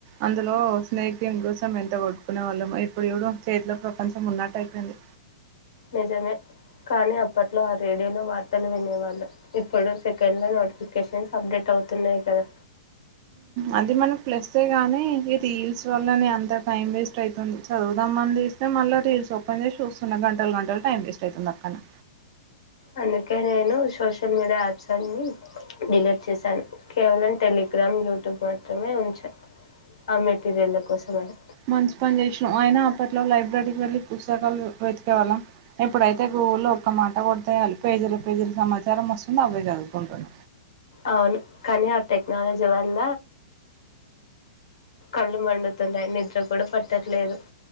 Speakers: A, on the right (about 30°); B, on the left (about 85°).
A: అందులో స్నేక్ గేమ్ కోసం ఎంత కొట్టుకునే వాళ్ళము ఇప్పుడు ఇప్పుడు చేతిలో ప్రపంచం ఉన్నట్టు అయిపోయింది
B: నిజమే కానీ అప్పట్లో ఆ రేడియోలో వార్తలు వినేవాళ్ళు ఇప్పుడు సెకండ్లో నోటిఫికేషన్స్ అప్డేట్ అవుతున్నాయి కదా
A: అది మనం ప్లస్ ఏ గాని ఈ రీల్స్ వల్ల న అంత టైం వేస్ట్ అవుతుంది చదువుదామ అని చస్తే మళ్ళా రీల్స్ ఓపెన్ చేసి చూస్తున్నా గంటలు గంటలు టైం వేస్ట్ అవుతుంది అక్కడనే
B: అందుకే నేను సోషల్ మీడియా యాప్స్ అన్ని డిలీట్ చేశాను కేవలం టెలిగ్రామ్ యూట్యూబ్ మాత్రమే ఉంచ ఆ మెటీరియల్ కోసం అని
A: మంచి పని చేసినాం ఆయన అప్పట్లో లైబ్రరీకి వెళ్ళి పుస్తకాలు వెతికేవాళ్ళం ఎప్పుడైతే గూగుల్లో ఒక్క మాట కొడితే చాలు పేజీల పేజీలు సమాచారం వస్తుంది అవే చదువుకుంటున్న
B: అవును కాని ఆ టెక్నాలజీ వల్ కళ్ళు మండుతున్నాయి నిద్ర కూడా పట్టట్లేదు